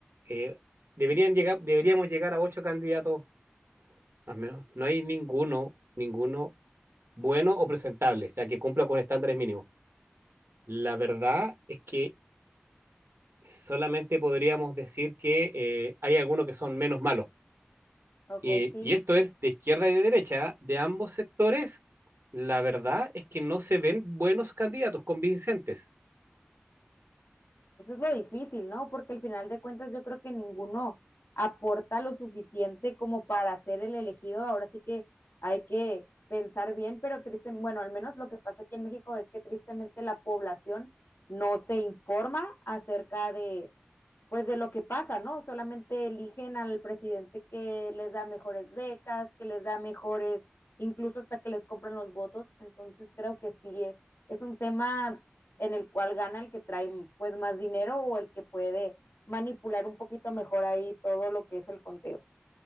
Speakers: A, on the right (about 85°); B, on the left (about 80°).
A: eh, deberían llegar, deberíamos llegar a ocho candidatos más o menos. No hay ninguno, ninguno bueno o presentable, o sea, que cumpla con estándares mínimos. La verdad es que solamente podríamos decir que eh, hay algunos que son menos malos
B: ok,
A: Y,
B: sí,
A: y esto es de izquierda y de derecha, de ambos sectores, la verdad es que no se ven buenos candidatos convincentes.
B: Eso es lo difícil, ¿no? Porque al final de cuentas yo creo que ninguno aporta lo suficiente como para ser el elegido. Ahora sí que hay que pensar bien, pero triste, bueno, al menos lo que pasa aquí en México es que tristemente la población no se informa acerca de pues de lo que pasa, ¿no? Solamente eligen al presidente que les da mejores becas, que les da mejores, incluso hasta que les compran los votos. Entonces creo que sí, eh, es un tema en el cual gana el que trae pues más dinero o el que puede manipular un poquito mejor ahí todo lo que es el conteo.